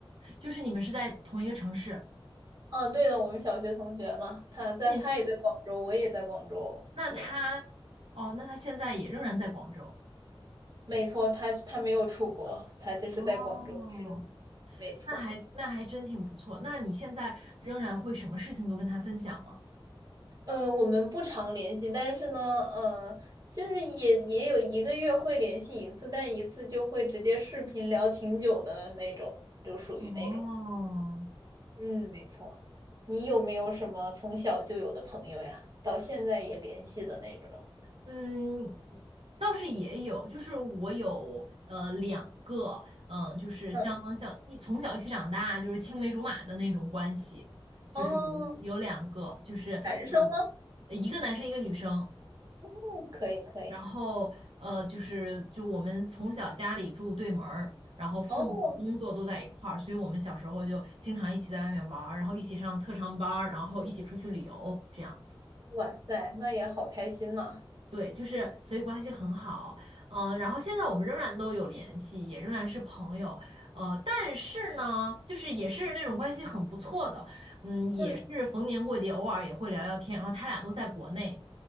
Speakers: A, on the right; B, on the right.
A: 就是你们是在同一个城市，
B: 嗯，对的，我们小学同学嘛，他在，
A: 那你们
B: 他也在广州，我也在广州，
A: 那他哦，
B: 就，
A: 那他现在也仍然在广州
B: 没错，他他没有出国，他就是在广州生活
A: 哦，
B: 没错。
A: 那还那还真挺不错。那你现在仍然会什么事情都跟他分享吗？
B: 呃，我们不常联系，但是呢，呃，就是也也有一个月会联系一次，但一次就会直接视频聊挺久的那种，就属于那种。
A: 哦，
B: 嗯，没错。你有没有什么从小就有的朋友呀？到现在也联系的那种？
A: 嗯，倒是也有，就是我有呃两个，嗯、就是像像一从小一起长大，
B: 嗯，
A: 就是青梅竹马的那种关系，就是有有两个，
B: 哦，
A: 就是
B: 男生吗？
A: 呃一个男生一个女生，
B: 嗯，可以可以。
A: 然后呃就是就我们从小家里住对门儿，然后父母工作都在一块儿，
B: 哦，
A: 所以我们小时候就经常一起在外面玩儿，然后一起上特长班儿，然后一起出去旅游这样子。
B: 哇塞，那也好开心呐。
A: 对，就是所以关系很好，嗯、然后现在我们仍然都有联系，也仍然是朋友，呃，但是呢，就是也是那种关系很不错的，嗯，也是逢年过节偶尔也会聊聊天，
B: 嗯，
A: 然后他俩都在国内，